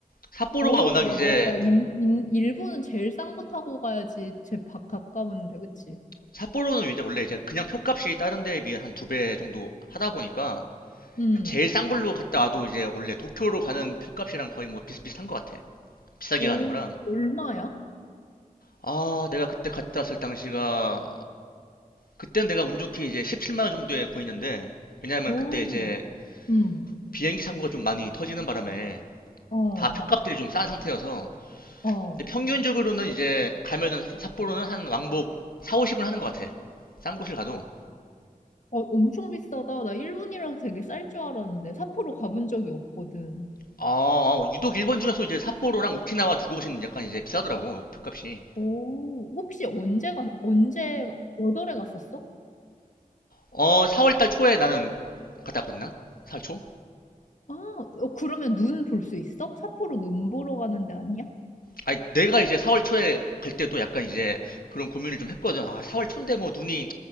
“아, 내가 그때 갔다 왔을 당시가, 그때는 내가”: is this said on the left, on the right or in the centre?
Left